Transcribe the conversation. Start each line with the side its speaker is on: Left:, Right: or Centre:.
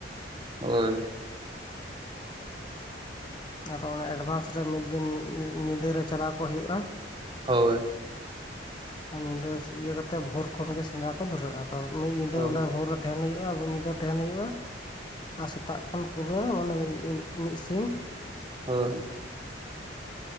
Right: ᱦᱳᱭ
Left: ᱟᱫᱚ ᱚᱱᱟ ᱮᱰᱵᱷᱟᱱᱥ ᱨᱮ ᱢᱤᱫ ᱫᱤᱱ ᱧᱤᱫᱟᱹᱨᱮ ᱪᱟᱞᱟᱣ ᱠᱚ ᱦᱩᱭᱩᱜᱼᱟ᱾
Right: ᱦᱳᱭ
Left: ᱟᱨ ᱧᱤᱫᱟᱹ ᱤᱭᱟᱹ ᱠᱟᱛᱮ ᱵᱷᱳᱨ ᱠᱷᱚᱱᱜ ᱜᱮ ᱥᱮᱸᱫᱽᱨᱟ ᱠᱚ ᱫᱷᱩᱨᱟᱹᱜᱼᱟ ᱟᱫᱚ ᱢᱤᱫ ᱧᱤᱫᱟᱹ
Right: ᱦᱳᱭ
Left: ᱚᱸᱰᱮ ᱵᱷᱳᱨ ᱨᱮ ᱛᱟᱦᱮᱱ ᱦᱩᱭᱩᱜᱼᱟ᱾ ᱧᱤᱫᱟᱹ ᱛᱟᱦᱮᱱ ᱦᱩᱭᱩᱜᱼᱟ ᱟᱨ ᱥᱮᱛᱟᱜ ᱠᱷᱚᱱ ᱯᱩᱨᱟᱹ ᱢᱟᱱᱮ ᱢᱤᱫ ᱢᱤᱫ ᱥᱤᱧ
Right: ᱦᱳᱭ